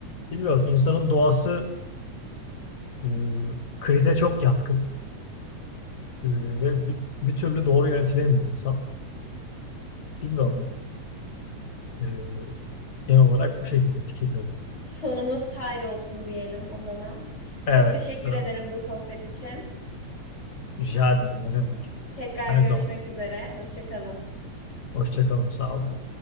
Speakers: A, on the left; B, on the left.
A: Bilmiyorum insanın doğası e, krize çok yatkın. E, ve bir, bir türlü doğru yönetilemiyor insan. Bilmiyorum. Ee, genel olarak bu şekilde fikirlerim.
B: Sonumuz hayır olsun diyelim o zaman.
A: Evet,
B: Çok teşekkür
A: evet.
B: ederim bu sohbet için.
A: Rica ederim. Ne demek?
B: Tekrar
A: Her
B: görüşmek
A: zaman.
B: üzere. Hoşça kalın.
A: Hoşça kalın. Sağ olun.